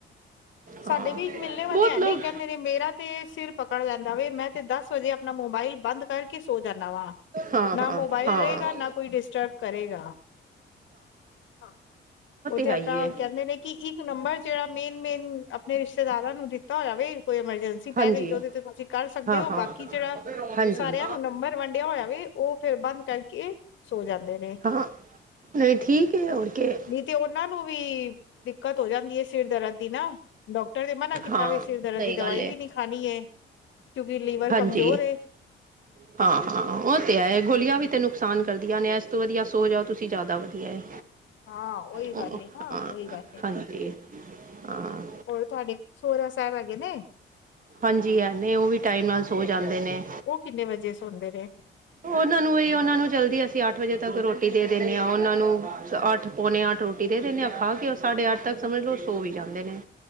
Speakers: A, on the left (about 70°); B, on the right (about 45°).
A: ਸਾਡੇ
B: ਹਾਂ
A: ਵੀ ਇੱਕ ਮਿਲਣੇ ਵਾਲੇ
B: ਬਹੁਤ
A: ਐਵੇਂ
B: ਲੋਕ
A: ਹੀ ਕਹਿੰਦੇ ਨੇ। ਤੇ ਮੇਰਾ ਤੇ ਸਿਰ ਪਕੜ ਲੈਂਦਾ ਵੇ, ਮੈਂ ਤੇ ਦਸ ਵਜੇ ਆਪਣਾ ਮੋਬਾਇਲ ਬੰਦ ਕਰਕੇ ਸੋ ਜਾਨਾ ਵਾਂ।
B: ਹਾਂ
A: ਨਾ
B: ਹਾਂ
A: ਮੋਬਾਈਲ
B: ਹਾਂ
A: ਰਹੇਗਾ ਨਾ ਕੋਈ ਡਿਸਟਰਬ ਕਰੇਗਾ। ਹਾਂ। ਉਹ ਤੇ
B: ਹੈ
A: ਆਪਾਂ
B: ਹੀ ਹੈ
A: ਕਹਿੰਦੇ ਨੇ ਕਿ ਇੱਕ ਇੱਕ ਨੰਬਰ ਜਿਹੜਾ ਮੇਨ-ਮੇਨ ਆਪਣੇ ਰਿਸ਼ਤੇਦਾਰਾਂ ਨੂੰ ਦਿੱਤਾ ਹੋਇਆ ਵੇ, ਕੋਈ ਐਮਰਜੈਂਸੀ ਜੰਸੀ
B: ਹਾਂਜੀ
A: ਪੈ ਗਈ ਤੇ ਉਹਦੇ ਤੇ ਤੁਸੀਂ ਕਰ ਸਕਦੇ
B: ਹਾਂ
A: ਹੋ,
B: ਹਾਂ
A: ਬਾਕੀ ਜਿਹੜਾ,
B: ਹਾਂਜੀ
A: ਸਾਰਿਆਂ ਨੂੰ ਨੰਬਰ ਵੰਡਿਆ ਹੋਇਆ ਵੇ ਉਹ ਫਿਰ ਬੰਦ ਕਰਕੇ ਸੌ ਜਾਂਦੇ ਨੇ।
B: ਹਾਂ ਨਹੀਂ ਠੀਕ ਹੈ ਹੋਰ ਕੇ
A: ਨਹੀਂ ਤੇ ਉਹਨਾਂ ਨੂੰ ਵੀ, ਦਿੱਕਤ ਹੋ ਜਾਂਦੀ ਹੈ, ਸਿਰ ਦਰਦ ਦੀ ਨਾ। ਡਾਕਟਰ ਨੇ ਮਨਾ ਕੀਤਾ
B: ਹਾਂ
A: ਵੇ, ਸਿਰ ਦਰਦ
B: ਸਹੀ
A: ਦੀ ਦਵਾਈ
B: ਗੱਲ ਹੈ
A: ਵੀ ਨਹੀਂ ਖਾਣੀ ਹੈ। ਕਿਉਂਕਿ ਲੀਵਰ
B: ਹਾਂਜੀ
A: ਕਮਜ਼ੋਰ ਏ।
B: <inaudible> ਹਾਂ- ਹਾਂ ਉਹ ਤੇ ਹੈ ਏ ਗੋਲੀਆਂ ਵੀ ਤੇ ਨੁਕਸਾਨ ਕਰਦੀਆਂ ਨੇ, ਇਸ ਤੋਂ ਵਧੀਆ ਸੌ ਜਾਓ, ਤੁਸੀਂ ਜ਼ਿਆਦਾ ਵਧੀਆ ਐ।
A: ਹਾਂ ਉਹੀ
B: ਅ
A: ਗੱਲ ਏ ਨਾ
B: ਆਂ
A: ਉਹੀ ਗੱਲ ਏ
B: ਹਾਂਜੀ। ਹਾਂ।
A: ਹੋਰ ਤੁਹਾਡੇ ਸਹੁਰਾ ਸਾਹਿਬ ਹੈਗੇ ਨੇ?
B: ਹਾਂਜੀ- ਹਾਂਜੀ, ਓ ਵੀ ਟਾਈਮ ਨਾਲ ਸੌ ਜਾਂਦੇ ਨੇ।
A: ਉਹ ਕਿੰਨੇ ਵਜੇ ਸੌਂਦੇ ਨੇ?
B: ਉਹਨਾਂ ਨੂੰ ਏ, ਉਹਨਾਂ ਨੂੰ ਜਲਦੀ ਅਸੀਂ ਅੱਠ ਵਜੇ ਤੱਕ ਰੋਟੀ ਦੇ ਦਿੰਨੇ ਹਾਂ, ਉਹਨਾਂ ਨੂੰ ਅੱਠ-ਪੌਣੇ ਅੱਠ ਰੋਟੀ ਦੇ ਦਿੰਨੇ ਆਂ। ਖਾ ਕੇ ਉਹ ਸਾਢੇ ਅੱਠ ਤੱਕ ਸਮਝ ਲੋ ਸੌ ਵੀ ਜਾਂਦੇ ਨੇ।